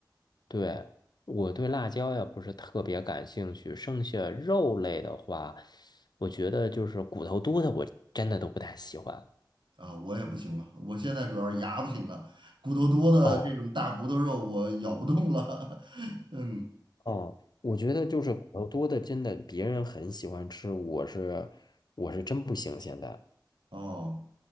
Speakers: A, on the left; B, on the right.
A: 对，我对辣椒也不是特别感兴趣，剩下肉类的话，我觉得就是骨头多的，我真的都不太喜欢。
B: 啊，我也不行了，我现在主要是牙不行了，骨头多的这种大骨头肉我咬不动了。
A: 哦
B: <laughs> 嗯，
A: 哦，我觉得就是骨头多的，真的别人很喜欢吃，我是我是真不行。现在，
B: 哦。